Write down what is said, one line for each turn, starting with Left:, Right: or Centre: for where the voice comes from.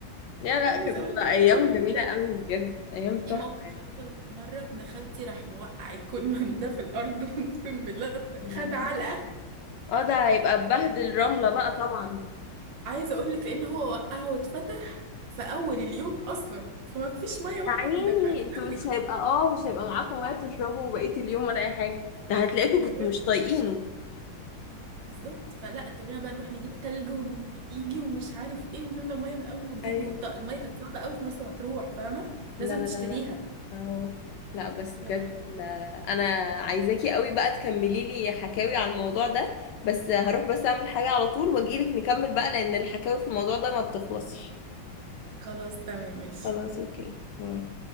Left: لا لا
Right: عايزه
Left: كانت بتبقى
Right: اقول لك
Left: ايام
Right: الكولمان
Left: جميله
Right: ده
Left: قوي بجد ايام تحفه
Right: في موقف
Left: يعني
Right: حصل مره ابن خالتي راح موقع الكولمان ده في الارض <laughs> اقسم بالله
Left: يعني
Right: خد علقه
Left: اه ده هيبقى ببهدل رمله بقى طبعا
Right: عايزه اقول لك لان هو وقعه واتفتح في اول اليوم اصلا فما فيش ميه واحنا
Left: يا عيني
Right: كنا بعيد
Left: انتوا
Right: قوي
Left: مش هيبقى اه مش هيبقى معاكم وقت تشربوا بقيه اليوم ولا اي حاجه ده هتلاقيكوا
Right: بجد
Left: كنتوا مش طايقينه
Right: بالظبط فلا اضطرينا بقى نروح نجيب تلج ونيجي ومش عارف ايه ونملى ميه من اول وجديد
Left: ايوه
Right: والميه كانت صعبه قوي في مرسى مطروح فاهمه
Left: لا
Right: لازم تشتريها
Left: لا لا اه لا بس بجد
Right: يا لهوي
Left: لا. انا عايزاكي قوي بقى تكملي لي حكاوي على الموضوع ده بس هروح بس اعمل حاجه على طول واجيلك نكمل بقى لان الحكاوي في الموضوع ده ما بتخلصش
Right: خلاص تمام ماشي
Left: خلاص اوكي باي